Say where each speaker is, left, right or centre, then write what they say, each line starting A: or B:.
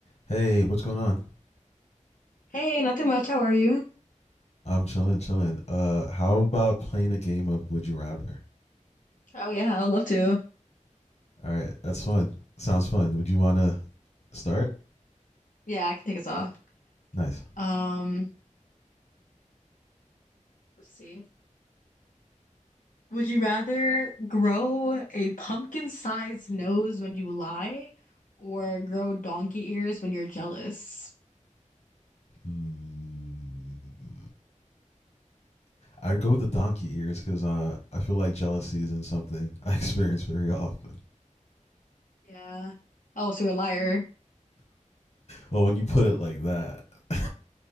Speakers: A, on the left; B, on the left.
A: Hey, what's going on?
B: Hey, nothing much. How are you?
A: I'm chilling, chilling. Uh, how about playing a game of Would You Rather?
B: Oh yeah, I would love to.
A: All right, that's fun. Sounds fun. Would you want to start?
B: Yeah, I can take us off.
A: Nice.
B: Um, let's see. Would you rather grow a pumpkin-sized nose when you lie or grow donkey ears when you're jealous?
A: Mm, I'd go with the donkey ears because uh, I feel like jealousy isn't something <laughs> I experience very often.
B: Yeah. Oh, so you're a liar.
A: Well, when you put it like that, <laughs>